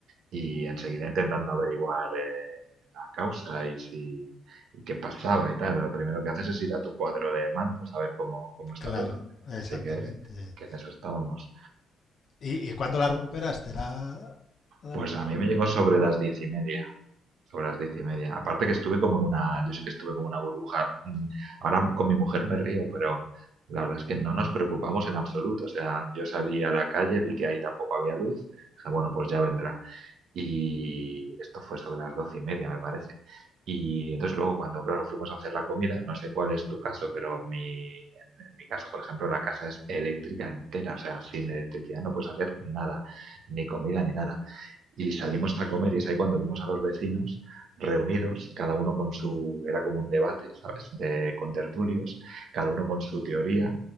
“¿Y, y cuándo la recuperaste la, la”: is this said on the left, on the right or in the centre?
Left